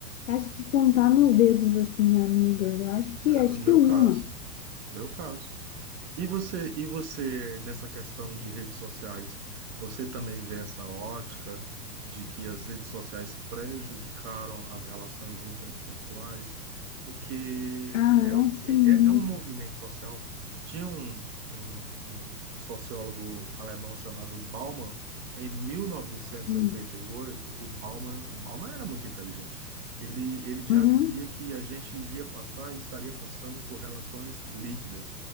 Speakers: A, on the left; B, on the right.
A: acho que contar nos dedos, assim, amigas. Eu acho que,
B: É,
A: acho
B: no meu
A: que uma.
B: caso. no Meu caso. E você, e você, nessa questão de redes sociais, você também vê essa ótica de que as redes sociais prejudicaram as relações interpessoais? Porque
A: Ah,
B: é,
A: um sim.
B: é, é um movimento social. Tinha um, um, um sociólogo alemão chamado Bauman, em mil novecentos
A: Hum.
B: e e oitenta e oito, o Bauman, o Bauman era muito inteligente. Ele, ele já
A: Uhum,
B: dizia que a gente iria passar e estaria passando por relações líquidas